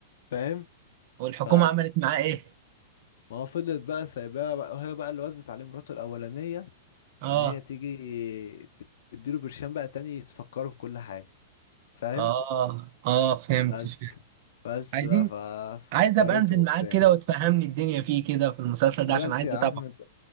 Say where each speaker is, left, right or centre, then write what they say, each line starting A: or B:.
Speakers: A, on the left; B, on the right.
A: فاهم
B: والحكومه
A: ف
B: عملت معاه ايه
A: ما هو فضلت بقى سايباها بقى وهي بقى اللي وزت عليه مراته الأولانية
B: اه
A: ان هي تيجي تديله برشام بقى تاني تفكره بكل حاجة فاهم
B: اه اه فهمت
A: بس
B: فهمت.
A: بس
B: عايزين
A: بقى ففكرته
B: عايز ابقى انزل
A: وبتاع
B: معاك كده وتفهمني الدنيا فيه كده في المسلسل ده
A: خلاص
B: عشان عايز
A: يا عم
B: اتابعه